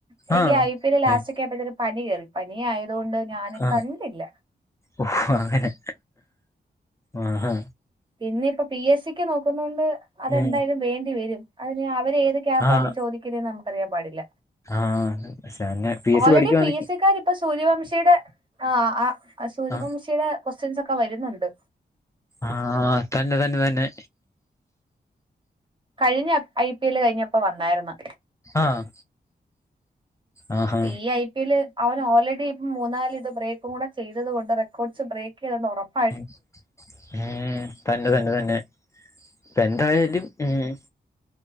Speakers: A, on the right; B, on the left.
A: എനിക്ക്
B: ആഹ്
A: ഐ പി ടെ ലാസ്റ്റക്കൊയായപ്പതേക്ക്
B: ഉം
A: പനി കേറി. പനിയാതോണ്ട് ഞാന്
B: ആഹ്
A: കണ്ടില്ല.
B: ഓ അങ്ങെനെ ആഹ് ഹാ.
A: ഇന്നിപ്പ പി എസ് സിക്ക് നോക്കുന്നോണ്ട് അതെന്തായാലും
B: ഉം
A: വേണ്ടി വരും. അതിന് ആ അവെര് ഏത് ക്യാപാനി
B: ആഹ്
A: ചോദിക്കുന്നേന്ന് നമ്മുക്കറിയാൻ പാടില്ല.
B: ആഹ് പക്ഷെ അങ്ങനെ P S
A: already
B: C പഠിക്കുവാന്നെങ്കി
A: P എസ് സിക്കാരിപ്പോ സൂര്യവംശിയുടെ ആ ആ. ആ സൂര്യവംശിയുടെ
B: ആഹ്
A: ക്വസ്റ്റ്യൻ സൊക്കെ വെരുന്നൊണ്ട്.
B: ആഹ് തന്നെ തന്നെ തന്നെ.
A: കഴിഞ്ഞ ഐ പി എല് കഴിഞ്ഞപ്പ വന്നാരുന്നു.
B: ആഹ് ആഹ് ഹാ
A: ഈ ഐ പി എല് അവൻ ഓൾറെഡി ഇപ്പം മൂന്നാല് ഇത് ബ്രേക്ക കൂടെ ചെയ്ത കൊണ്ട് റെക്കോഡ്സ് ബ്രേക്ക് ചെയ്തെന്ന് ഉറപ്പ്
B: മ് തന്നെ തന്നെ തന്നെ ഇപ്പ എന്തായാലും മ്